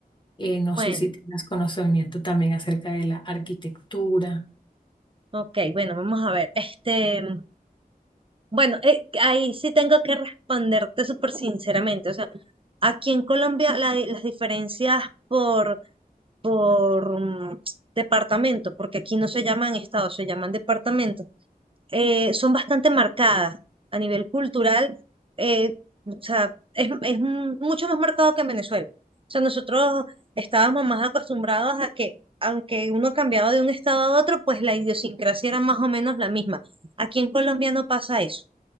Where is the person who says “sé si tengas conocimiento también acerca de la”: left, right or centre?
Left